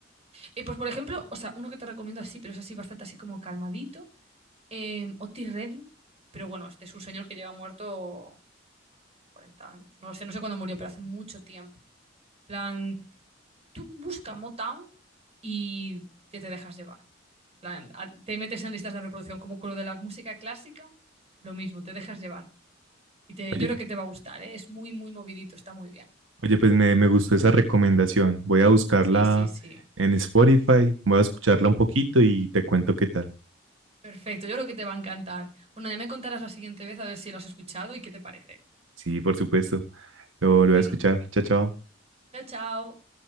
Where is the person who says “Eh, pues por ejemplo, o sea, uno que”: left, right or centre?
Right